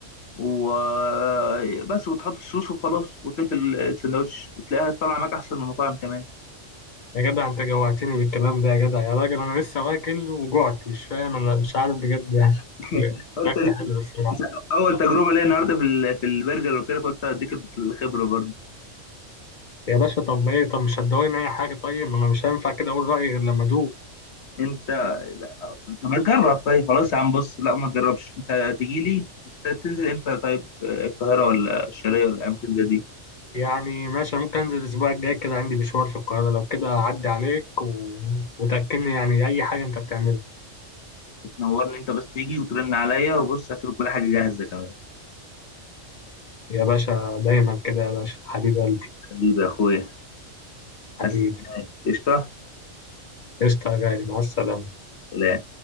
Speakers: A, on the left; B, on the left.
A: وبس وتحط الصوص وخلاص وتقفل السندوتش وتلاقيها طالعه معاك احسن من المطاعم كمان
B: يا جدع انت جوعتني بالكلام ده يا جدع يا راجل انا لسه واكل وجعت مش فاهم انا مش عارف بجد يعني <laughs>
A: <laughs>
B: الاكل
A: قلت
B: الأكل
A: اديك
B: حلو الصراحه
A: اول تجربه ليا النهارده في ال- في البرجر وكده فقلت اديك الخبره برضو
B: يا باشا طب ايه طب مش هتدوقني اي حاجه طيب ما انا مش هينفع كده اقول رايي غير لما ادوق
A: انت لا، طب ما تجرب طيب خلاص يا عم بص لا ما تجربش انت تيجي لي بس انت تنزل امتى طيب آه، القاهره ولا الشرقيه ولا اماكن زي دي
B: يعني ماشي ممكن انزل الاسبوع الجاي كده عندي مشوار في القاهره لو كده اعدي عليك و... وتاكلني يعني اي حاجه انت بتعملها
A: تنورني انت بس تيجي وترن عليا وبص هتبقى كل حاجه جاهزه كمان
B: يا باشا دايما كده يا باشا حبيب قلبي
A: حبيبي يا اخويا
B: حبيبي
A: بس قشطه
B: قشطه يا غالي مع السلامه
A: سلام